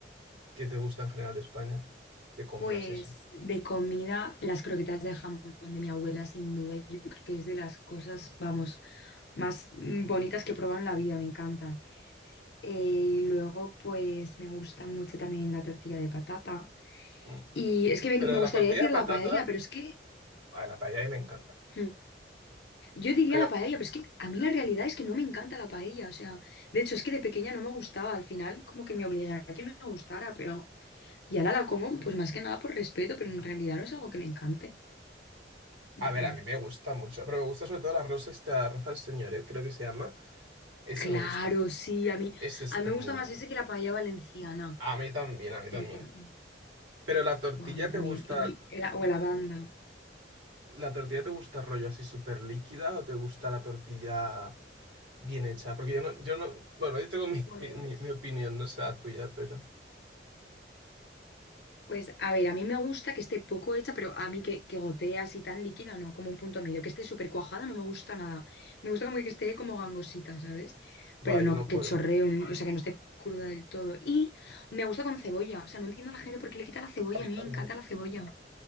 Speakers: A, on the right; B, on the left.
A: ¿qué te gusta en general de España? De comidas
B: Pues
A: y eso.
B: de comida, las croquetas de jamón de mi abuela, sin duda, yo creo que es de las cosas, vamos, más mm, bonitas que he probado en la vida, me encantan. Eh, y luego, pues me gusta mucho también la tortilla de patata.
A: Mm.
B: Y es que
A: Pero
B: me, me
A: de
B: gustaría
A: la tortilla
B: decir
A: de patata,
B: la paella, pero es que
A: a la paella ahí me encanta.
B: hmm, yo diría
A: Pero,
B: la paella, pero es que a mí la realidad es que no me encanta la paella. O sea, de hecho, es que de pequeña no me gustaba. Al final, como que me obligaba a que me gustara, pero y ahora la como, pues más que nada por respeto, pero en realidad no es algo que me encante. En
A: a
B: fin.
A: ver, a mí me gusta mucho, pero me gusta sobre todo el arroz este, arroz al señoret, creo que se llama. Ese
B: Claro,
A: me gusta.
B: sí, a mí,
A: Esa está
B: a mí me
A: muy
B: gusta más
A: buena.
B: ese que la paella valenciana.
A: A mí también, a mí
B: cien
A: también.
B: por ciento
A: Pero la tortilla
B: Guau, a mí también.
A: te gusta,
B: Y el- o la banda.
A: ¿la tortilla te gusta rollo así súper líquida o te gusta la tortilla bien hecha? Porque yo no, yo no, bueno, yo tengo mi,
B: Pues.
A: mi, mi- mi opinión, no sé la tuya, pero
B: Pues a ver, a mí me gusta que esté poco hecha, pero a mí que, que gotea así tan líquida, no, como un punto medio, que esté súper cuajada, no me gusta nada. Me gusta como que esté como gangosita, ¿sabes?
A: va,
B: Pero
A: yo
B: no
A: no
B: que
A: puedo.
B: chorree, un- o sea, que no esté cruda del todo. Y me gusta con cebolla, o sea, no entiendo a la gente por qué le quita la cebolla,
A: A mí
B: a mí
A: también.
B: me encanta la cebolla.